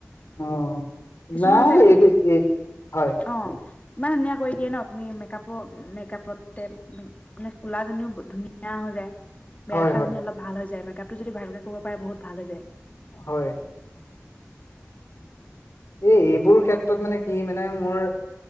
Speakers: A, on the left (about 65°); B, on the left (about 30°).
A: অঁ
B: কিছুমান
A: নাই
B: যে
A: এই এই হয়
B: অ ইমান ধুনীয়া কৰি দিয়ে ন তুমি মেকআপো মেকআপতে মানে কলাজনীও ধুনীয়া হৈ যায়। বেয়া
A: হয়,
B: দেখাজনীও
A: হয়,
B: অলপ ভাল হৈ যায়। মেকআপতটো যদি ভালকে কৰিব পাৰে বহু ভাল হৈ যায়।
A: হয় এ এইবোৰ ক্ষেত্ৰত ক্ষত মানে কি মানে মোৰ